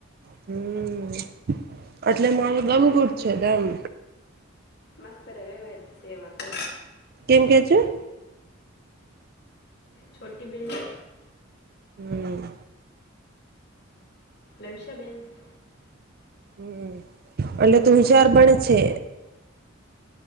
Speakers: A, on the right (about 50°); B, on the left (about 55°).
A: હમ એટલે મારું દમઘુટ છે ડમ.
B: મસ્ત રહેવે સેવા તો
A: કેમ કેજું?
B: છોટી બેન- -
A: હમ્.
B: લવશબેન- -
A: હમ એટલે તુંસાર પણ છે.